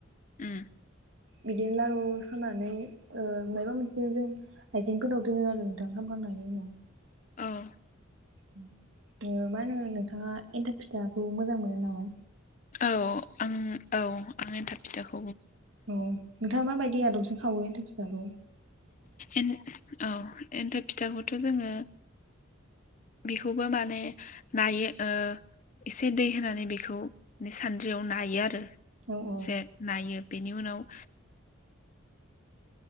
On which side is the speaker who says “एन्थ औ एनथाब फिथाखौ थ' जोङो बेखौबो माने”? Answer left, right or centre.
Left